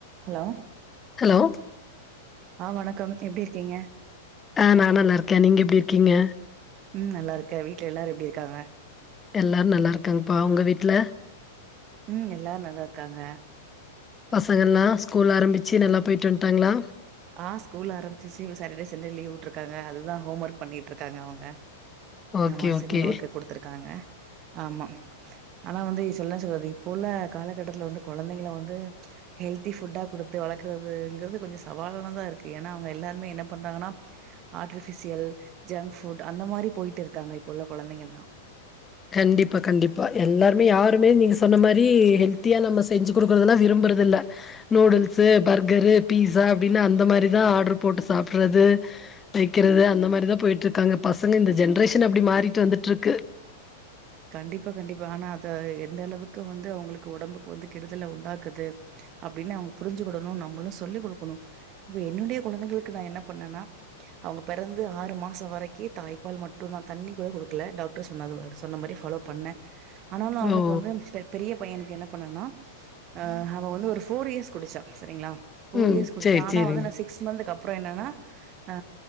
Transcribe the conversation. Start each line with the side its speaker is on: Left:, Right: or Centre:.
Right: Hello
Left: hello
Right: ஆ வணக்கோ வணக்கோ எப்டி இருக்கீங்க
Left: ஆ நா நல்லாருக்கேன் நீங்க எப்டி இருக்கீங்க
Right: ம் நல்லாருக்க வீட்ல எல்லாரு எப்டி இருக்காங்க
Left: எல்லாரு நல்லாருக்காங்கப்பா உங்க வீட்ல
Right: ம் எல்லாரு நல்லாருக்காங்க
Left: பசங்கள்லா ஸ்கூல் ஆரம்பிச்சி நல்லா போய்ட்டு வந்ட்டாங்ளா
Right: ஆ ஸ்கூல் ஆரமிச்சு சிவு சாட்டர்டே சண்டே லீவ் உட்ருக்காங்க அதுதா ஹோம் ஒர்க் பண்ணிட்ருக்காங்க அவுங்க
Left: ஓகே
Right: வாசிமல்
Left: ஓகே
Right: ஒர்க்கு குடுத்துருக்காங்க ஆமா ஆனா வந்து சொல்ற சொல்லாத இப்போ உள்ள காலகட்டத்துல வந்து கொழந்தைங்கள வந்து ஹெல்தி ஃபுட்டா குடுத்து வளர்க்கறதுங்கிறது கொஞ்சோ சவாலானதா இருக்கு எனா அவுங்க எல்லாருமே என்ன பண்றாங்கன்னா ஆர்டிபிஷியல் ஜங்க் ஃபுட் அந்த மாரி போய்ட்டு இருக்காங்க இப்போ உள்ள கொழந்தைங்கள்லா
Left: கண்டிப்பா கண்டிப்பா எல்லாருமே யாருமே நீங்கள் சொன்ன மாரி ஹெல்த்தியா நம்ம செஞ்சு குடுக்கறதுலா விரும்புறதில்ல நூடுல்ஸு பர்கரு பீஸா அப்டின்னு அந்த மாரிதா ஆட்ரு போட்டு சாப்புட்றது வெக்கிறது அந்த மாரிதா போய்ட்ருக்காங்க பசங்க இந்த ஜென்ரேஷன் அப்டி மாறிட்டு வந்துட்ருக்கு
Right: கண்டிப்பா கண்டிப்பா ஆனா அத எந்த அளவுக்கு வந்து அவுங்களுக்கு ஒடம்புக்கு வந்து கெடுதல உண்டாக்குது அப்டின்னு அவுங்க புரிஞ்சுக்கொடணு நம்மளு சொல்லிக்குடுக்கணு இப்ப என்னுடைய கொழந்தைகளுக்கு நா என்ன பண்ணேன்னா அவங்க பெறந்து ஆறு மாசோ வரிக்கு தாய்ப்பால் மட்டுதா தண்ணிகூட குடுக்கல டாக்டர் சொன்னது வர் சொன்ன மாரி ஃபாலோ பண்ண ஆனாலு அவனுக்
Left: ஓ
Right: வந்து பெரிய பையனுக்கு என்ன பண்ணன்னா அ அவ வந்து ஒரு ஃபோர் இயர்ஸ் குடிச்சா செரிங்ளா ஃபோர்
Left: ம்
Right: இயர்ஸ் குடிச்சா
Left: சேரி
Right: ஆனா
Left: சேரிங்க
Right: வந்து நா சிக்ஸ் மந்த்துக்கு அப்புறோ என்னன்னா ஆ